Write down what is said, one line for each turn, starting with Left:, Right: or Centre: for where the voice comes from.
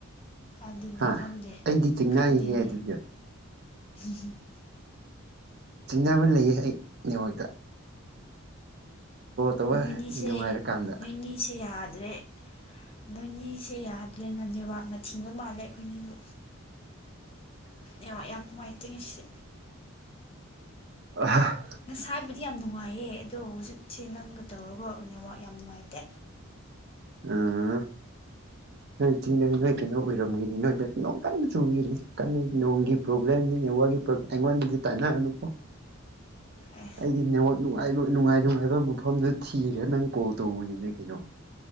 Left: ꯑꯗꯨꯅꯦ
Right: ꯍꯥ
Left: ꯈꯪꯗꯦ
Right: ꯑꯩꯗꯤ ꯆꯤꯡꯅꯩꯍꯦ
Left: ꯈꯪꯗꯦꯅꯦ
Right: ꯑꯗꯨꯗꯤ
Left: <unintelligible>
Right: ꯆꯤꯡꯅꯕ ꯂꯩꯌꯦ ꯑꯩ ꯅꯦꯋꯣꯛꯇ ꯇꯧꯕ
Left: ꯅꯣꯏꯅꯤꯁꯦ
Right: ꯅꯨꯡꯉꯥꯏꯔꯀꯥꯟꯗ
Left: ꯅꯣꯏꯅꯤꯁꯦ ꯌꯥꯗ꯭ꯔꯦ ꯅꯣꯏꯅꯤꯁꯦ ꯌꯥꯗ꯭ꯔꯦꯅ ꯅꯦꯠꯋꯥꯛꯅ ꯊꯤꯡꯕ ꯃꯥꯜꯂꯦ ꯑꯩꯈꯣꯏꯅꯤꯕꯨ ꯅꯦꯠꯋꯥꯛ ꯌꯥꯝ ꯅꯨꯡꯉꯥꯏꯇꯦ ꯉꯁꯤ
Right: <unintelligible>
Left: ꯉꯁꯥꯏꯕꯨꯗꯤ ꯌꯥꯝ ꯅꯨꯡꯉꯥꯏꯌꯦ ꯑꯗꯣ ꯍꯧꯖꯤꯛꯁꯦ ꯅꯪꯒ ꯇꯧꯔꯒ ꯅꯦꯋꯥꯛ ꯌꯥꯝ ꯅꯨꯡꯉꯥꯏꯇꯦ
Right: ꯎꯝ ꯅꯣꯏ ꯆꯤꯡꯗ ꯅꯣꯏ ꯀꯩꯅꯣ ꯑꯣꯏꯔꯝꯒꯤꯅꯤ ꯅꯣꯏꯗ ꯅꯣꯡ ꯀꯟꯅ ꯆꯨꯒꯤꯝꯅꯤ ꯀꯟꯅ ꯅꯣꯡꯒꯤ ꯄ꯭ꯔꯣꯕ꯭ꯂꯦꯝꯅꯤ ꯅꯦꯠꯋꯥꯛ ꯑꯩꯉꯣꯟꯗꯗꯤ ꯇꯥꯏꯅꯒꯅꯨꯀꯣ
Left: ꯑꯦ
Right: ꯑꯩꯗꯤ ꯅꯦꯠꯋꯥꯛ ꯅꯨꯡꯉꯥꯕ ꯅꯨꯡꯉꯥꯏ ꯅꯨꯡꯉꯥꯏꯕ ꯃꯐꯝꯗ ꯊꯤꯔꯒ ꯅꯪ ꯀꯣꯜ ꯇꯧꯕꯅꯤꯅꯦ ꯀꯩꯅꯣ